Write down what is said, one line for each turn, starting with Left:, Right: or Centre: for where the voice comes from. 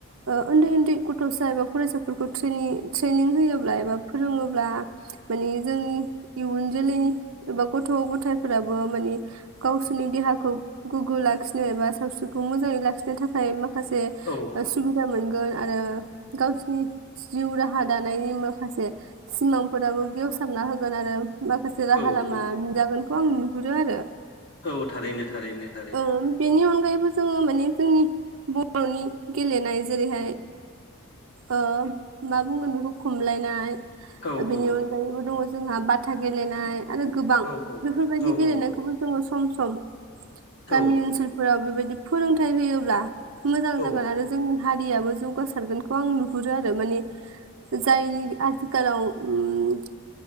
Right: ओ उन्दै उन्दै गथ'सा एबा फरायसाफोरखौ ट्रेनि ट्रेनिं होयोब्ला एबा फोरोङोब्ला माने जोंनि इयुन जोलैनि एबा गथ' गथायाइफोराबो माने गावसोरनि देहाखौ गोग्गो लाखिनो एबा सावस्रिखौ मोजाङै लाखिनो थाखाय माखासे
Left: औ
Right: सुबिदा मोन गोन आरो गावसोरनि जिउ राहा दानायनि माखासे सिमांफोराबो गेव सारना होगोन आरो माखासे राहा
Left: औ
Right: लामा
Left: औ
Right: नोजागोनखौ आं नुहरो आरो
Left: औ थारैनो थारैनो थारैनो
Right: ओं बेनि अनगायैबो जोङो माने जोंनि बर'नि गेलेनाय जेरैहाय ओ मा बुंगोन बेखौ खमलायनाय
Left: औ
Right: बेनि
Left: औ
Right: अनगायैबो दङ जोंहा बाथा गेलेनाय आरो गोबां
Left: औ
Right: बेफोरबायदि
Left: औ
Right: गेलेनायखौबो
Left: औ औ
Right: जोङो सम सम
Left: औ
Right: गामि ओनसोलफोरा बे बायदि फोरोंथाय होयोब्ला मोजां
Left: औ
Right: जोगोन आरो जोंनि हारियाबो जौगासारगोनखौ आं नुहरो आरो माने जायनि आथिखालाव उम